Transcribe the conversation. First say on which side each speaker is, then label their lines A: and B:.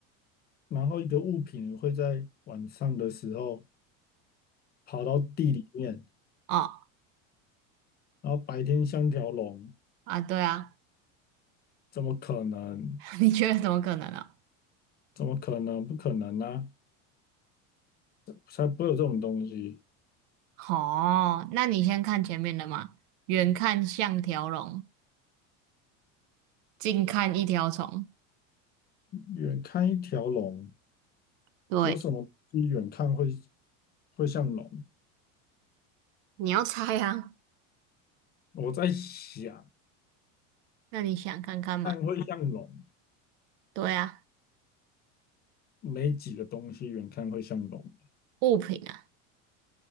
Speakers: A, on the left (about 25°); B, on the right (about 60°).
A: 然后一个物品会在晚上的时候跑到地里面，
B: 哦
A: 然后白天像条龙，
B: 啊，对啊，
A: 怎么可能？
B: <laughs> 你觉得怎么可能呢、
A: 怎么可能？不可能啊！才不会有这种东西。
B: 哦，那你先看前面的嘛，远看像条龙，近看一条虫。
A: 远看一条龙。
B: 对，
A: 有什么东西远看会会像龙？
B: 你要猜啊，
A: 我在想，
B: 那你想看看嘛？
A: 看会像龙，
B: 对啊，
A: 没几个东西远看会像龙。
B: 物品啊，